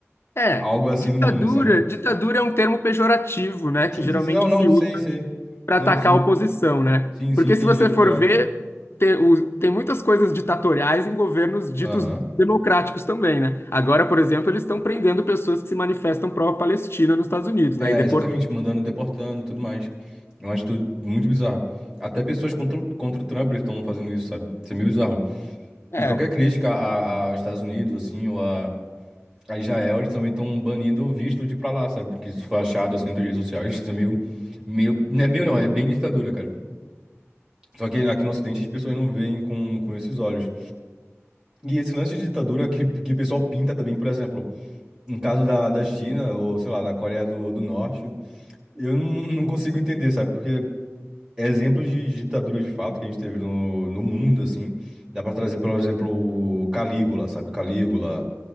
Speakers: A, on the left; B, on the right.
A: É,
B: algo assim
A: ditadura,
B: no mundo, sabe?
A: ditadura é um termo pejorativo, né, que
B: Sim,
A: geralmente
B: sim, sim, não, não,
A: se
B: sei,
A: usa
B: sei.
A: para
B: Não,
A: atacar
B: sim,
A: a oposição, né?
B: sim,
A: Porque
B: sim, entendi,
A: se você for
B: tô lá.
A: ver, te- o- tem, muitas coisas ditatoriais em governos ditos
B: Aham.
A: democráticos também, né? Agora, por exemplo, eles estão prendendo pessoas que se manifestam pró-Palestina nos Estados Unidos,
B: É,
A: né? E deportando.
B: exatamente, mandando, deportando, tudo mais. É uma atitude muito bizarra. Até pessoas contra, o- contra o Trump estão fazendo isso, sabe? Isso é meio bizarro.
A: É.
B: E qualquer crítica a- a- aos Estados Unidos, assim, ou a Israel, eles também estão banindo o visto de ir pra lá, sabe? Porque isso foi achado assim nas redes sociais, isso é meio, meio, não é meio não, é bem ditadura, cara. Só que aqui no Ocidente as pessoas não veem com, com esses olhos. E esse lance de ditadura que, que o pessoal pinta também, por exemplo, no caso da, da China, ou sei lá, da Coreia do, do Norte, eu não, não consigo entender, sabe? Porque exemplos de ditadura de fato que a gente teve no, no mundo, assim, dá pra trazer, por exemplo, o Calígula, sabe? Calígula,